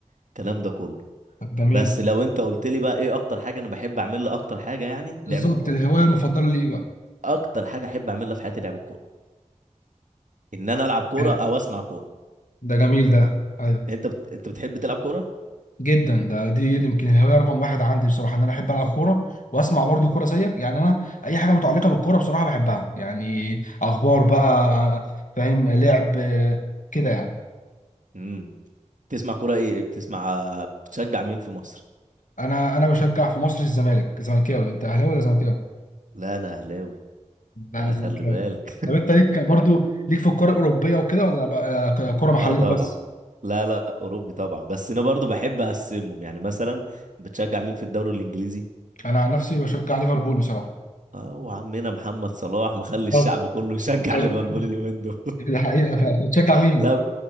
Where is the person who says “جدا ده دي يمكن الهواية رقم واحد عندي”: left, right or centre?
Left